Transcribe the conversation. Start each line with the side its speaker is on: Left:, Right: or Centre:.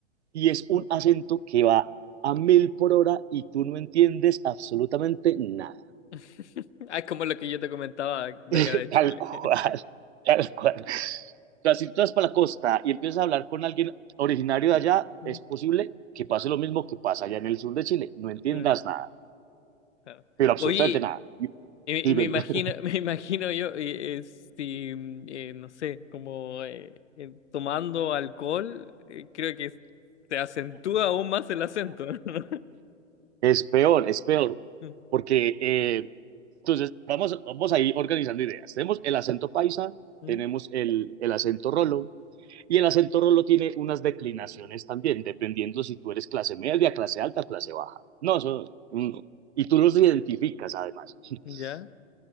Right: y es un
Left: Mm.
Right: acento que va a mil por hora y tú no entiendes absolutamente nada.
Left: <laughs> Ah, es como lo que yo te comentaba de
Right: <laughs>
Left: acá de Chile.
Right: Tal cual,
Left: <laughs>
Right: tal cual. O sea, si tú vas para la costa y empiezas a hablar con alguien originario de allá,
Left: Mm,
Right: es posible que pase lo mismo que pasa allá en el sur de Chile. No entiendas
Left: claro.
Right: nada,
Left: claro.
Right: pero absolutamente
Left: Oye,
Right: nada. Dí-
Left: y,
Right: Dímelo.
Left: y me imagino,
Right: <laughs>
Left: <laughs> me imagino yo, eh, eh, si, mm, eh, no sé, como eh, eh, tomando alcohol, eh, creo que se acentúa aún más el acento, <laughs> ¿no?
Right: Es peor, es peor.
Left: Mm,
Right: Porque, eh, entonces, vamos, vamos a ir organizando ideas. Tenemos el acento paisa,
Left: mm,
Right: tenemos el, el acento rolo, Y el acento rolo tiene unas declinaciones también, dependiendo si tú eres clase media, clase alta, clase baja. No, eso, mm, y tú los identificas además. <laughs>
Left: ¿Ya?